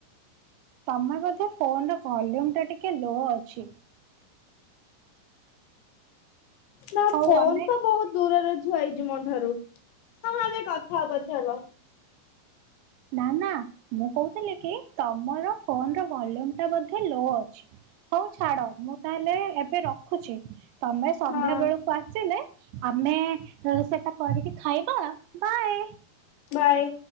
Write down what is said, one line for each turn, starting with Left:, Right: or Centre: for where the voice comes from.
Right: ତମେ ବୋଧେ ଫୋନ ର ଭଲ୍ୟୁମ ଟା ଟିକେ ଲୋ ଅଛି।
Left: ନା
Right: ହଉ
Left: ଫୋନ
Right: ଆମେ
Left: ତ ବହୁତ ଦୂରରେ ଥୁଆ ହେଇଛି ମୋଠାରୁ ତମ ଆମେ କଥା ହବା ଚାଲ।
Right: ନା ନା ମୁଁ କୋହୁଥିଲି କି ତମର ଫୋନ ର ଭଲ୍ୟୁମ ଟା ବୋଧେ ଲୋ ଅଛି। ହୋଉ ଛାଡ ମୁଁ ତାହେଲେ ଏବେ ରଖୁଛି। ତମେ ସନ୍ଧ୍ୟା
Left: ହଁ
Right: ବେଳକୁ ଆସିଲେ ଆମେ ସେଟା କରିକି ଖାଇବା ବାଏ।
Left: ବାଏ।